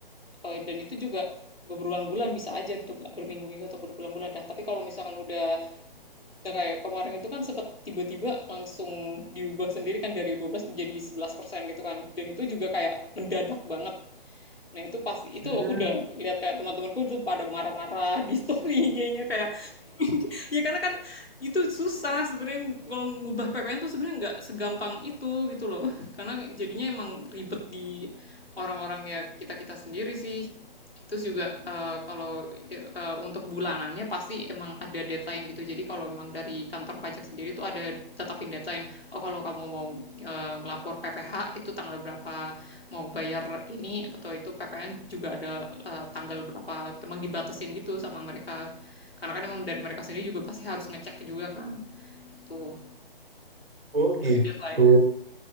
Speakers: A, on the left; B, on the right.
A: Eh, dan itu juga berbulan-bulan bisa aja gitu berminggu-minggu atau berbulan-bulan dah tapi kalau misalkan udah udah kayak kemarin itu kan sempat tiba-tiba langsung diubah sendiri kan dari 12 jadi 11% gitu kan dan itu juga kayak mendadak banget Nah itu pasti itu
B: Hmm,
A: aku udah lihat kayak teman-temanku tuh pada marah-marah di story IG-nya kayak <laughs> ya karena kan itu susah sebenarnya kalau ngubah PPN tuh sebenarnya nggak segampang itu gitu loh karena jadinya emang ribet di orang-orang ya kita kita sendiri sih terus juga eh, kalau eh, untuk bulanannya pasti emang ada deadline gitu jadi kalau memang dari kantor pajak sendiri tuh ada tetapin deadline oh kalau kamu mau eh, lapor PPh itu tanggal berapa mau bayar ini atau itu PPN juga ada eh, tanggal berapa emang dibatasin gitu sama mereka karena kan emang dari mereka sendiri juga pasti harus ngecek juga kan itu
B: oh gitu.
A: deadline